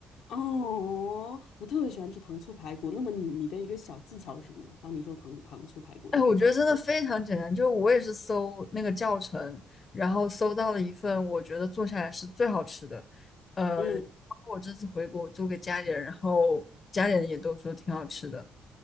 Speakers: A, on the left; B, on the left.
A: 哦，我特别喜欢吃糖醋排骨。那么你你的一个小技巧是什么呢？当你做糖糖醋排骨的时候，
B: 哎，我觉得真的非常简单，就是我也是搜那个教程，然后搜到了一份我觉得做下来是最好吃的。呃，
A: 嗯
B: 包括我这次回国，我做给家里人，然后家里人也都说挺好吃的。